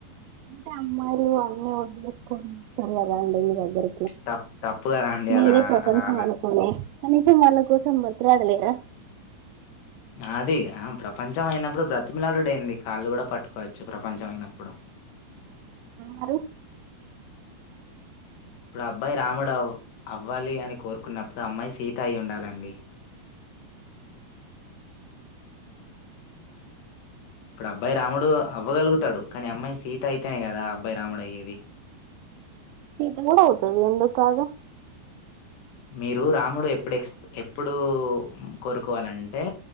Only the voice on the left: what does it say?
తప్ తప్పు కదండి
అలా
అలా అలా
అది ఆ ప్రపంచం అయినప్పుడు బ్రతిమిలాలుడ అయింది కాళ్ళు కూడా పట్టుకోవచ్చు ప్రపంచం అయినప్పుడు
ఇప్పుడు అబ్బాయి రాముడువ అవ్వాలి అని కోరుకున్నప్పుడు అమ్మాయి సీత అయి్య ఉండాలండి ఇప్పుడు అబ్బాయి రాముడు అవ్వగలుగుతాడు కానీ అమ్మాయి సీత అయితేనే కదా అబ్బాయి రాముడు అయ్యేది
మీరు రాముడు ఎప్పుడు ఎక్స్ ఎప్పుడు కోరుకోవాలంటే